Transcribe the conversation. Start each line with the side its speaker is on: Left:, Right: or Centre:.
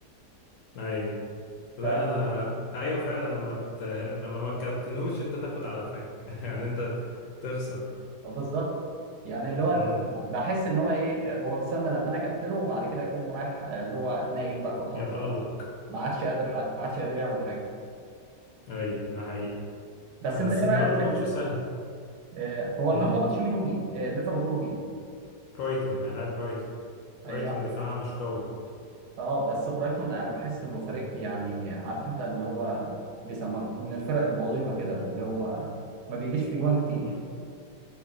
Left: ايوه لا
Right: قفانا
Left: انا ايوه فعلا لما ت... لما ما كابتنوش انت تاخد على قفاك <laughs> يعني انت تخسر
Right: آه، بالظبط يعني اللي هو
Left: امم
Right: بحس ان هو ايه هو بيستنى لما انا كابتنه وبعد كده يقوم رايح آه، اللي هو نايم بقى في الخط
Left: يتألق
Right: خالص ما عادش قادر حق. ما عادش قادر يعمل حاجه
Left: ايوه ده حقيقي
Right: بس
Left: بس
Right: انت ايه
Left: النهارده
Right: رايك في
Left: ماتش
Right: ال-
Left: سهل
Right: آه، هو
Left: امم
Right: النهارده ماتش مين ومين آه، ليفربول ومين
Left: برايتون هيلعب برايتون
Right: هيلعب
Left: برايتون دفاعها مش قوي
Right: اه بس برايتون انا بحس انه فريق يعني عارف انت اللي هو بيسموه من الفرق البظيمه كده اللي هو ما بيجيش في جوان كتير
Left: مم.